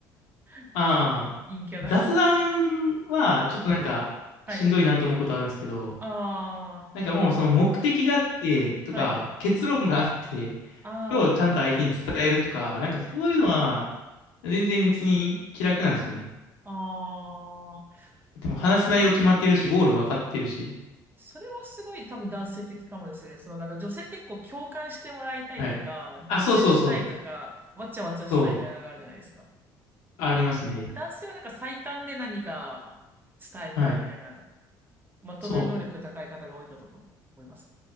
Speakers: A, on the right; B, on the left.
A: <laughs>
B: ああ、
A: 陰キャだ。
B: 雑談はちょっとなんかしんどいなって思うことあるんですけど、
A: はい。あ
B: なんかもうその目的があってとか結論があって、
A: はい。あ
B: それをちゃんと相手に伝えるとか、なんかそういうのは全然別に気楽なんですよね。
A: あ、ああ、
B: でも話す内容決まってるし、ゴール分かってるし。
A: それはすごい多分男性的かもですね。そのなんか女性って結構共感してもらいたいとか、
B: はい。
A: 脱線したいとか、
B: あ、そうそうそう。
A: わちゃわちゃしたいみたいなのがあるじゃないですか。
B: そう。ありますね。
A: でも男性はなんか最短で何か伝えたいみたいな、
B: はい。
A: まとめる能力が高い方が多いかと思います。
B: そう。